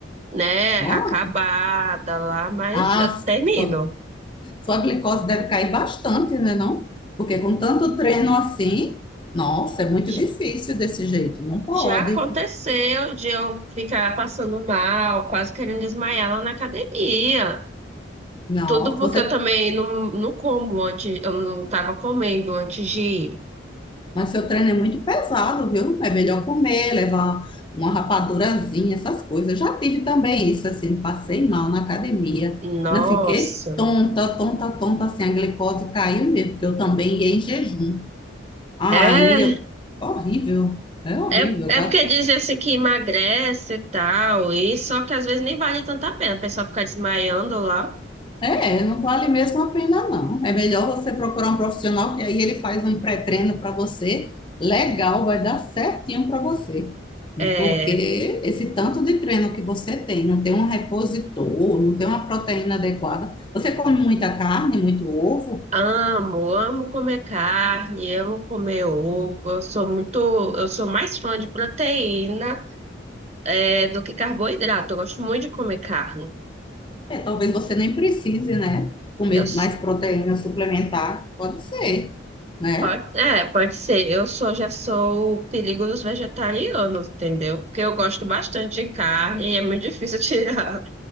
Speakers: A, on the right (about 35°); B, on the left (about 25°).
A: né?
B: ó,
A: Acabada lá, mas
B: ah,
A: eu termino.
B: sua, sua glicose deve cair bastante, né, não? Porque com tanto treino assim, nossa, é muito
A: J-
B: difícil desse jeito, não pode.
A: Já aconteceu de eu ficar passando mal, quase querendo desmaiar lá na academia.
B: Nossa,
A: Tudo porque
B: você...
A: eu também não, não como antes, eu não tava comendo antes de ir.
B: mas seu treino é muito pesado, viu? É melhor comer, levar uma rapadurazinha, essas coisas. Eu já tive também isso, assim, passei mal na academia,
A: Nossa.
B: né? Fiquei tonta, tonta, tonta, assim, a glicose caiu mesmo, porque eu também ia em jejum. Aí,
A: É,
B: eu- horrível, é horrível,
A: é, é porque dizem assim que emagrece e tal, e só que às vezes nem vale tanto a pena, a pessoa fica desmaiando lá.
B: É, não vale mesmo a pena, não. É melhor você procurar um profissional que aí ele faz um pré-treino para você. Legal, vai dar certinho para você.
A: É,
B: Porque esse tanto de treino que você tem, não tem um repositor, não tem uma proteína adequada. Você come muita carne, muito ovo,
A: amo, amo comer carne, amo comer ovo. Eu sou muito, eu sou mais fã de proteína, é, do que carboidrato. Eu gosto muito de comer carne.
B: é, talvez você nem precise, né? Comer
A: Eu
B: mais proteína suplementar, pode ser, né?
A: Pode, é, pode ser. Eu sou, já sou o perigo dos vegetarianos, entendeu? Porque eu gosto bastante de carne e é muito difícil <laughs> tirar.